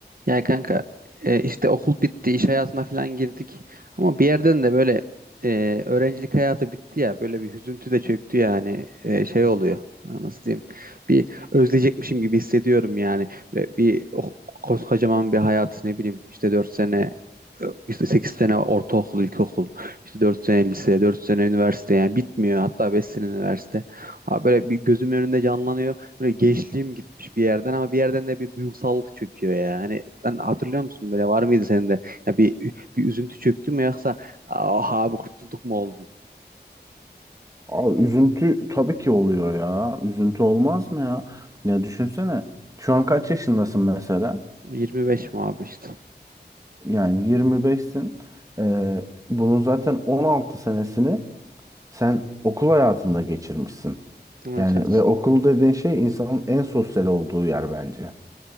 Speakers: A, on the right; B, on the right.
A: Ya kanka e, işte okul bitti, iş hayatına falan girdik. Ama bir yerden de böyle e, öğrencilik hayatı bitti ya. Böyle bir hüzüntü de çöktü yani. E, şey oluyor. ha, Nasıl diyeyim? Bir özleyecekmişim gibi hissediyorum yani. Böyle bir o- koskocaman bir hayat ne bileyim işte dört sene e, işte 8 sene ortaokul, ilkokul, işte 4 sene lise, 4 sene üniversite yani bitmiyor. Hatta 5 sene üniversite. Ha, böyle bir gözümün önünde canlanıyor. Böyle gençliğim gitmiş bir yerden ama bir yerden de bir duygusallık çöküyor yani. Sen hatırlıyor musun böyle var mıydı senin de? Ya bir bir üzüntü çöktü mü yoksa ah abi kurtulduk mu oldun?
B: Abi üzüntü tabii ki oluyor ya. Üzüntü olmaz mı ya? Ya düşünsene. Şu an kaç yaşındasın mesela?
A: 25 mi abi işte?
B: Yani 25'sin. Ee, bunun zaten 16 senesini sen okul hayatında geçirmişsin.
A: Evet
B: Yani
A: evet.
B: ve okul dediğin şey insanın en sosyal olduğu yer bence.